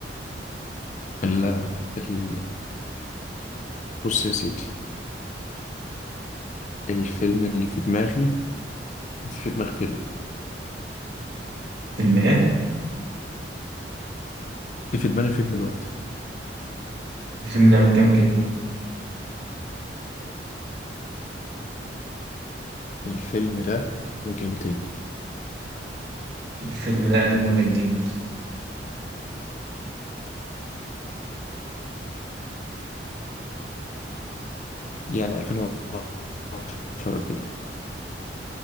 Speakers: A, on the left (about 45°); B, on the right (about 70°).
A: ال ال بص يا سيدي الفيلم اللي في دماغي في دماغي فيلم
B: فيلم ايه؟
A: اللي في دماغي فيلم الوقت
B: الفيلم ده من كام كلمة؟
A: الفيلم ده من كلمتين
B: الفيلم ده قديم ولا جديد؟
A: يعني 2010 كده